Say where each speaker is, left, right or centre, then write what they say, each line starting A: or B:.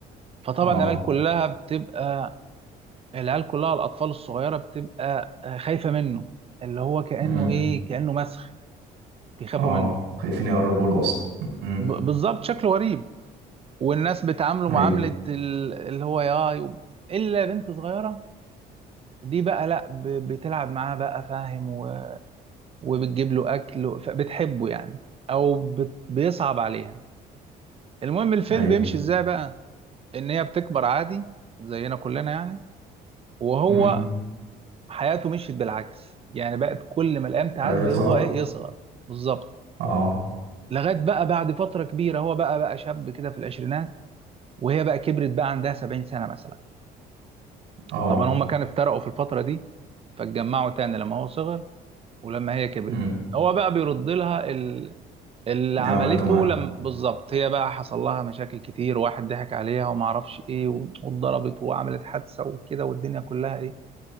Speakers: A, on the right; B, on the right.
A: فطبعا
B: اه
A: العيال كلها بتبقى العيال كلها الاطفال الصغيرة بتبقى آه، خايفة منه اللي هو كأنه
B: امم
A: ايه كأنه مسخ بيخافوا
B: اه
A: منه
B: خايفين يقربوا له اصلا امم
A: ب... بالظبط شكله غريب والناس بتعامله
B: ايوه
A: معاملة ال- اللي هو يا يب- إلا بنت صغيرة دي بقى لأ ب- بتلعب معاه بقى فاهم و- وبتجيب له أكل فبتحبه يعني أو بت- بيصعب عليها المهم الفيلم
B: ايوه
A: بيمشي إزاي بقى إن هي بتكبر عادي زينا كلنا يعني وهو
B: امم
A: حياته مشيت بالعكس يعني بقت كل ما الأيام تعدي
B: بقى يظهر
A: هو إيه يصغر بالظبط
B: اه
A: لغاية بقى بعد فترة كبيرة هو بقى بقى شاب كده في العشرينات وهي بقى كبرت بقى عندها 70 سنة مثلا
B: اه
A: طبعا هما كانوا افترقوا في الفترة دي فاتجمعوا تاني لما هو صغر ولما هي كبرت
B: امم
A: هو بقى بيرد لها ال... اللي عملته
B: دي عملته معاه
A: لم... بالظبط هي بقى حصل لها مشاكل كتير واحد ضحك عليها وما اعرفش ايه و- واتضربت وعملت حادثة وكده والدنيا كلها ايه